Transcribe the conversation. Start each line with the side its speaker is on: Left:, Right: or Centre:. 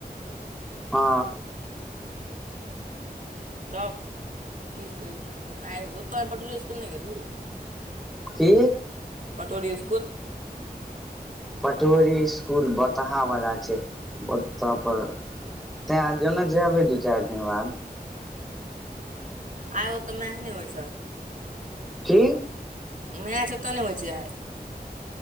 Centre: हँ
Right: तब किस आइ ओतय पटौरी स्कूल नहि गेलही
Centre: की
Right: पटौरी स्कूल
Centre: पटोरी स्कूल बताहा बला छै ओत पर तै आजो ने छैय भै दू चार दिन बाद
Right: आइ ओतऽ मैच नहि होइ छै
Centre: की
Right: मैच ओतऽ नइ होइ छै आइ